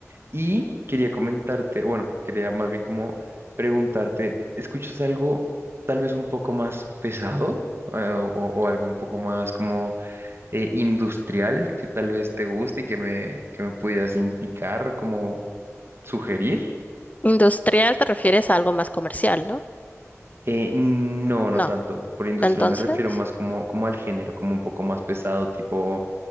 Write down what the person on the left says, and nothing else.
Industrial te refieres a algo más comercial, ¿no?
No.
Entonces.